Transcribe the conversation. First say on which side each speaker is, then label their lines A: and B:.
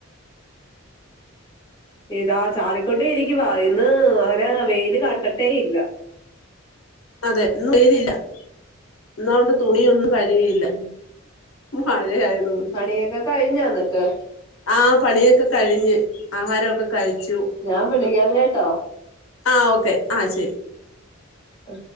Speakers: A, on the left; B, on the left.
A: ഇതാ ചാറിക്കൊണ്ടേ ഇരിക്കുവ ഇന്ന് അങ്ങനെ വെയില് കണ്ട യിട്ടേയില്ല
B: അതെ ഇന്നും വെയിലില്ല ഇന്ന് അതു കൊണ്ട് തുണിയൊന്നും കഴുവിയില്ല
A: ഉം
B: മഴയായതുകൊണ്ട്
A: പണിയൊക്കെ കഴിഞ്ഞോ എന്നിട്ട്
B: ആ പണിയൊക്കെ കഴിഞ്ഞ് ആഹാരവൊക്കെ കഴിച്ചു
A: ഞാൻ വിളിക്കാം കേട്ടോ
B: ആ ഓക്കെ ആ ശരി
A: ആ